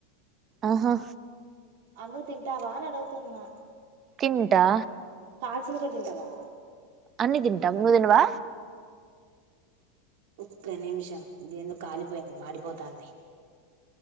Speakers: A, on the right; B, on the right.
A: ఆహా
B: అందుకు తింటావా అని అడుగుతున్నా
A: తింటా
B: కాల్సింది కూడా తింటావా
A: అన్ని తింటాం నువ్వు తినవా
B: ఒక్క నిమిషం ఇదేందో కాలిపోయింది, మాడిపోతాంది